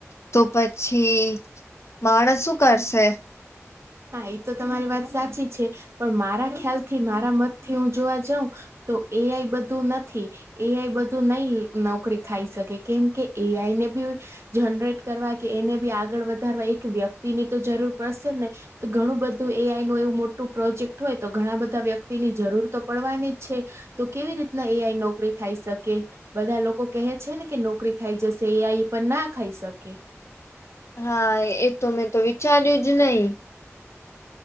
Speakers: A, on the left (about 65°); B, on the right (about 60°).
A: તો પછી માણસ શું કરશે.
B: હા એ તો તમારી વાત સાચી છે પણ મારા ખ્યાલ થી મારા મતથી હું જોવા જઉં. તો એ આઈ બધું નથી. એ આઈ બધું નઈ નોકરી ખાઈ શકે કેમ કે એ આઈ ને બી. જનરેટ કરવા કે એને બી આગળ વધારવા એક વ્યક્તિ ની તો જરૂર પડશે ને. ઘણું બધું એ આઈ નું એવું મોટું પ્રોજેક્ટ હોય તો ઘણા બધા વ્યક્તિની જરૂર તો પડવાની જ છે. તો કેવી રીતના એ આઈ નોકરી થાય શકે. બધા લોકો કહે છે ને કે નોકરી ખાઈ જશે એ આ એ પણ ના ખાઈ શકે.
A: હા એતો મેં તો વિચાર્યુંજ નહી.